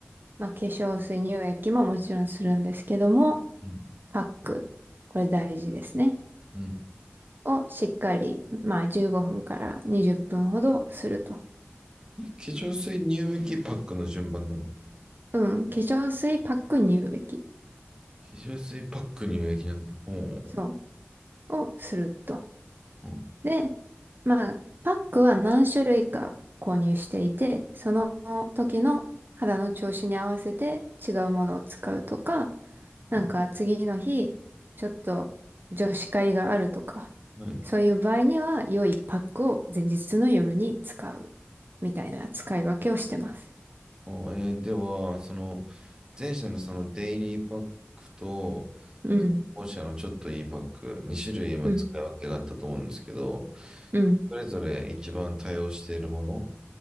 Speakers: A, on the right; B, on the right.
A: まあ、化粧水、乳液ももちろんするんですけども、
B: ん。
A: パック、これ大事ですね。
B: うん
A: をしっかり、まあ、15分から20分ほどすると。
B: え、化粧水乳液パックの順番なの化
A: うん、化粧水、パック、乳液。
B: 粧水パック乳液なんだ。おー。
A: そう、をすると。
B: うん
A: で、まあ、パックは何種類か購入していて、その時の肌の調子に合わせて違うものを使うとか、なんか次の日、
B: はい
A: ちょっと女子会があるとか、
B: はい
A: そういう場合には良いパックを前日の夜に使うみたいな使い分けをしてます。
B: おえーでは、その、前者のそのデイリーパックと、
A: うん、
B: 後者のちょっといいパック、2種類今使い分けがあったと思うんですけど、
A: うん、うん、
B: それぞれ一番対応しているもの、